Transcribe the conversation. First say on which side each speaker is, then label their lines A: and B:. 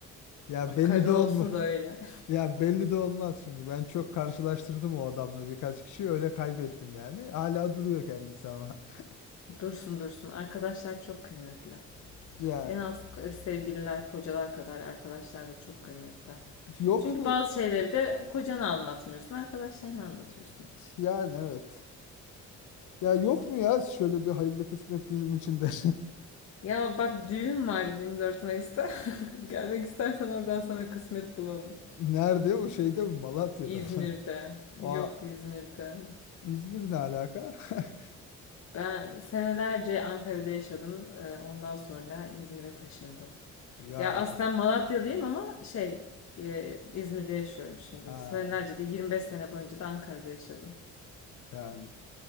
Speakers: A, on the left; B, on the left.
A: Ya belli
B: Karın
A: de olma.
B: olsun da öyle.
A: Ya belli de olmaz şimdi. Ben çok karşılaştırdım o adamla birkaç kişi öyle kaybettim yani. Hala duruyor kendisi ama. <laughs>
B: <laughs> Dursun dursun. Arkadaşlar çok kıymetli.
A: Yani
B: En az e, sevgililer, kocalar kadar arkadaşlar da çok kıymetli.
A: yok
B: Çünkü
A: mu?
B: bazı şeyleri de kocana anlatmıyorsun, arkadaşlarına anlatıyorsun.
A: Yani evet. Ya yok mu ya şöyle bir hayırlı kısmet bizim için de.
B: Ya bak düğün var 24 Mayıs'ta. <laughs> Gelmek istersen oradan sana kısmet bulalım.
A: <laughs> Nerede? O şeyde mi? Malatya'da
B: İzmir'de.
A: mı? <laughs>
B: Yok
A: Aa,
B: İzmir'de.
A: İzmir ne alaka? <laughs>
B: Ben senelerce Ankara'da yaşadım. Ee, Ondan sonra İzmir'e taşındım.
A: Ya
B: Ya aslen Malatya'dayım ama şey e, İzmir'de yaşıyorum şimdi.
A: ha
B: Senelerce de 25 sene boyunca da Ankara'da yaşadım.
A: yani